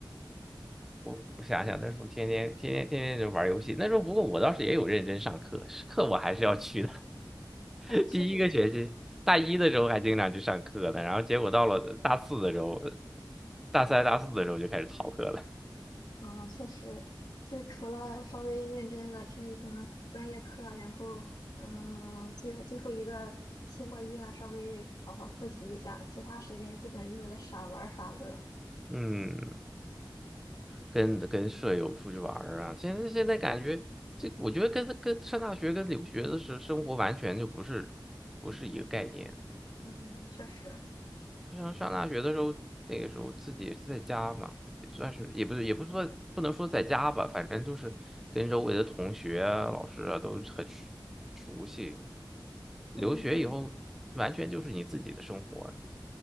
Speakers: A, in the centre; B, on the left.
A: 我我想想，那时候天天天天天天就玩游戏。那时候不过我倒是也有认真上课，是课我还是要去的。<laughs>
B: 啊！确实就，
A: 第一个学期，大一的时候还经常去上课呢，然后结果到了大四的时候，大三大四的时候就开始逃课了。
B: 啊，确实就除了稍微认真的听一听专业课，然后，嗯，最最后一个期末月啊稍微好好复习一下，其他时间基本就是在傻玩儿傻乐。
A: <laughs> 嗯，跟跟舍友出去玩儿啊，现在现在感觉这，我觉得跟跟上大学跟留学的时生活完全就不是不是一个概念。
B: 嗯，确实，
A: 上上大学的时候，那个时候自己在家嘛，也算是也不是也不是说不能说在家吧，反正就是跟周围的同学啊老师啊都是很熟熟悉。
B: 嗯，
A: 留学以后，
B: 对
A: 完全就是你自己的生活，